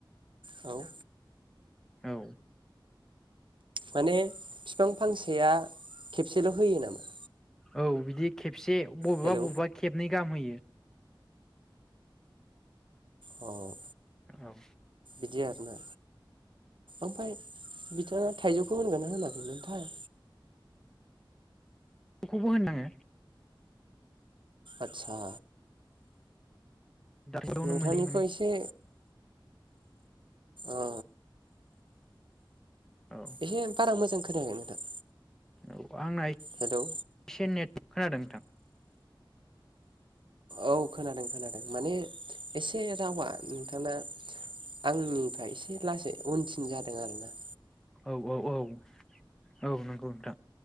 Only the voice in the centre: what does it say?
औ।
औ बिदि खे से बबेबा
बबेबा खेबनै गाम होयो।
औ
बेखौबो होननाङो।
दावनो
मोनलै माने
औ
औ आंना एसे
नेट खोनादों नोंथां।
औ औ औ औ नंगौ नोंथां